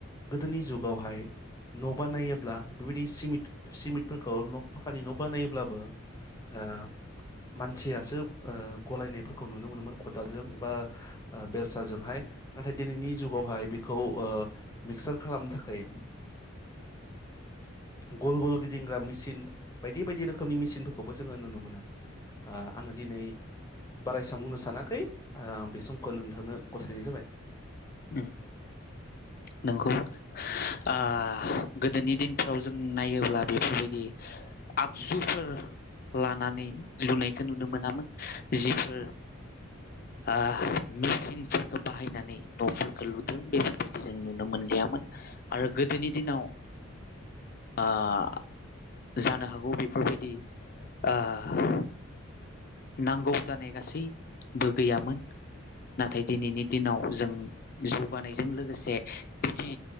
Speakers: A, on the left (about 15°); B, on the left (about 45°).
A: गोदोनि जुगावहाय न' बानायोब्ला बेबायदि सिमिट सिमिटफोरखौ न' फाखानि न' बानायोब्लाबो ओ मानसियासो ओ गलायनायफोर खौ नुनो मोनोमोन खदालजों बा ओ बेलसाजोंहाय नाथाय दिनैनि जुगावहाय बिखौ ओ मिक्सार खालामनो थाखाय ओ गल गल गिदिंग्रा मिचिन बायदि बायदि रोखोमनि मेसिनफोरखौबो जोङो नुनो मोनो ओ आङो दिनै बारायसा बुंनो सानाखै ओ बे समखो नोंथांनो गथायनाय जाबाय।
B: उम नंगौ नोंथां आ गोदोनि दिनफ्राव जों नायोब्ला बेफोरबायदि आगजुफोर लानानै लुनायखो नुनो मोनामोन जिफोर आह मेसिनफोरखो बाहायना नै न'फोरखो लुदों बे जों नुनो मोनलिया। मोन आरो गोदोनि दिनाव ओ-जानो हागौ बेफोरबायदि ओ- नांगौ जानाय गासैबो गैयामोन। नाथाय दिनैनि दिनाव जों जौगानायजों लोगोसे बिदि